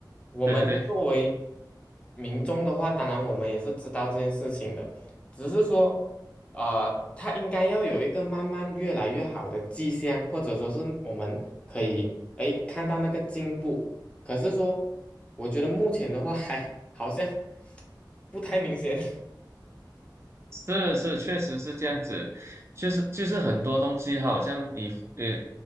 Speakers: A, on the left (about 15°); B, on the right (about 35°).
A: 我们作为
B: 对对对。
A: 民众的话，当然我们也是知道这件事情的，只是说呃，它应该要有一个慢慢越来越好的迹象，或者说是我们可以诶看到那个进步，可是说我觉得目前的话还 <laughs> 好像不太明显。
B: 是是，确实是这样子，就是就是很多东西，好像你呃